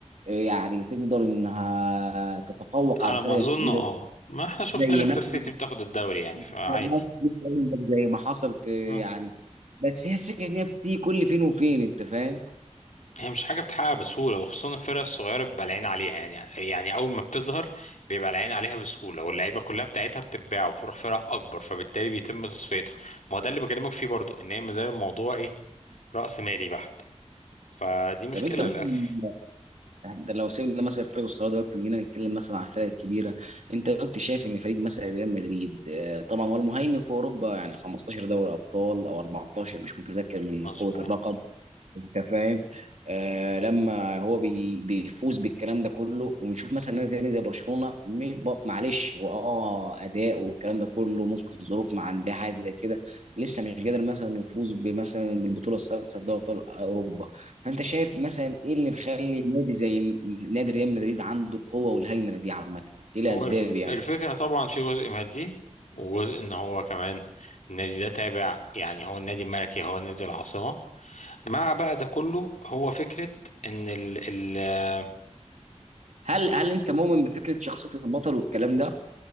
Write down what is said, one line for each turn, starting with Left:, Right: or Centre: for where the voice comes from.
Right: آه، يعني تقدر انها تتفوق
Left: على
Right: على الفرق
Left: ما اظن
Right: الكبيره
Left: اه
Right: دي.
Left: ما احنا شفنا
Right: زي
Left: ليستر
Right: مثلا
Left: سيتي بتاخد الدوري يعني فعادي
Right: <laughs> زي ما حصل في
Left: اه
Right: يعني بس هي الفكره ان هي بتيجي كل فين وفين انت فاهم
Left: هي مش حاجه بتحقق بسهوله وخصوصا الفرق الصغيره بيبقى العين عليها يعني يعني اول ما بتظهر بيبقى العين عليها بسهوله واللعيبه كلها بتاعتها بتتباع وبتروح فرق اكبر فبالتالي بيتم تصفيتها ما هو ده اللي بكلمك فيه برضو ان هي ما زال الموضوع ايه راس مالي بحت فدي مشكله
Right: طب انت مثلا
Left: للاسف
Right: يعني ده لو سيبنا مثلا فريق الصلاه دلوقتي وجينا نتكلم مثلا عن الفرق الكبيره انت دلوقتي شايف ان فريق مثلا ريال مدريد آه، طبعا هو المهيمن في اوروبا يعني 15 دوري ابطال او 14 مش متذكر من
Left: مظبوط
Right: قوه الرقم انت فاهم آه لما هو بي بيفوز بالكلام ده كله ونشوف مثلا نادي تاني زي برشلونه م- ب- معلش هو اه اداء والكلام ده كله ممكن ظروف ما عندها حاجه زي كده لسه مش قادر مثلا يفوز بمثلا بالبطوله السادسه في دوري ابطال اوروبا فانت شايف مثلا ايه اللي مخلي نادي زي نادي ريال مدريد عنده القوه والهيمنه دي عامه ايه الاسباب
Left: هو الف...
Right: يعني
Left: الفكرة طبعا في جزء مادي وجزء ان هو كمان النادي ده تابع يعني هو النادي الملكي هو نادي العاصمة مع بقى ده كله هو فكرة ان ال... ال...
Right: هل هل انت مؤمن بفكره شخصيه البطل والكلام ده